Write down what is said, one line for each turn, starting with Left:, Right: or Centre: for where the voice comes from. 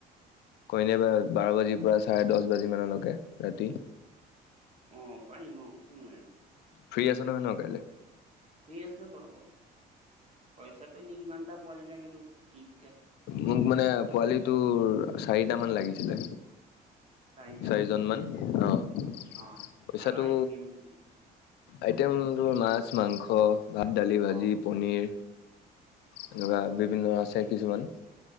Left: কইনাবাৰ বাৰ বাজিৰ পৰা চাৰে দহ বাজি মানলৈকে ৰাতি।
Right: অ, পাৰিম অ। কিয় নোৱাৰিম।
Left: ফ্ৰী আছ নহয় ন কাইলে?
Right: ফ্ৰী আছো বাৰু, পইচাটো এনেই কিমানটা পোৱালি লাগে তোক কি
Left: মোক মানে পোৱালি তোৰ চাৰিটামান লাগিছিলে।
Right: চাৰিটা
Left: চাৰিজনমান অঁ পইচাটো
Right: অ আৰু আইটিম কি
Left: আইটেম তোৰ মাছ, মাংস,
Right: কোৱা
Left: ভাত, দালি, ভাজি,
Right: অ',
Left: পনীৰ। এনেকুৱা
Right: অ',
Left: বিভিন্ন আছে কিছুমান।